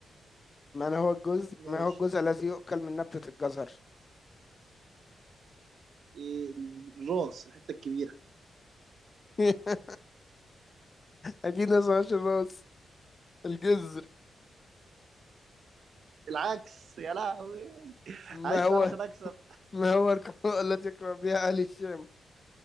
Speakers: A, on the left (about 35°); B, on the right (about 65°).
A: من هو الجزء
B: ماشي
A: ما هو الجزء الذي يؤكل من نبتة الجزر
B: إيه، الراس الحتة الكبيرة
A: <laughs> أكيد ما اسمهاش الراس الجزر
B: العكس يا لهوي
A: ما
B: عايز
A: هو
B: سؤال عشان اكسب
A: ما هو القراءة <laughs> التي يقرأ بها أهل الشام